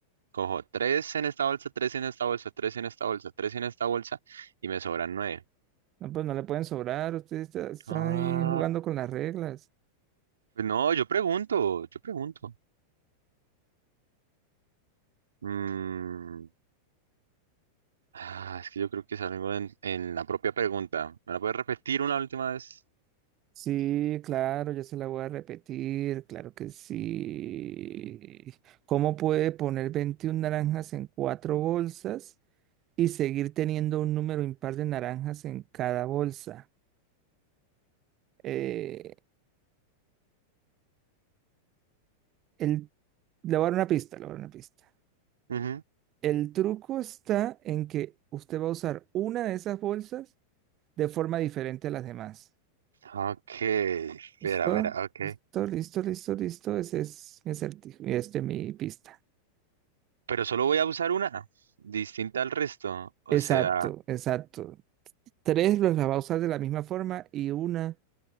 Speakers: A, on the right (about 70°); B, on the right (about 30°).
A: cojo 3 en esta bolsa, 3 en esta bolsa, 3 en esta bolsa, 3 en esta bolsa y me sobran nueve.
B: No, pues no le pueden sobrar, usted está, está
A: Ah.
B: ahí jugando con las reglas.
A: Pues no, yo pregunto, yo pregunto. Mm, Ah, es que yo creo que es algo en, en la propia pregunta. ¿Me la puedes repetir una última vez?
B: Sí, claro, ya se la voy a repetir, claro que sí. ¿Cómo puede poner 21 naranjas en cuatro bolsas? y seguir teniendo un número impar de naranjas en cada bolsa. Eh, el, le voy a dar una pista, le voy a dar una pista.
A: Ujú.
B: El truco está en que usted va a usar una de esas bolsas de forma diferente a las demás.
A: Ok, espera,
B: ¿Listo?
A: espera, ok.
B: Listo, listo, listo, listo. Ese es mi acertijo, y este es mi pista.
A: Pero solo voy a usar una, distinta al resto. O
B: Exacto,
A: sea,
B: exacto. Tres los las va a usar de la misma forma y una